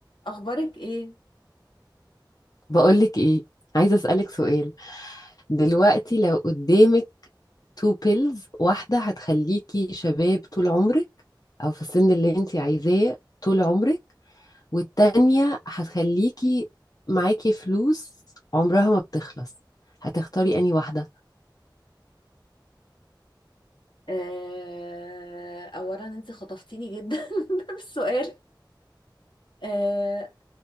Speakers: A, on the left; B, on the left.
A: اخبارك ايه
B: بقولك ايه عايزة أسألك سؤال دلوقتي لو قدامك تو بيلز واحدة هتخليكي شباب طول عمرك أو في السن اللي انتي عايزاه طول عمرك والتانية هتخليكي معاكي فلوس عمرها ما بتخلص هتختاري أنهي واحدة؟
A: آه، اولا انت خطفتيني جدا <laughs> بالسؤال آه،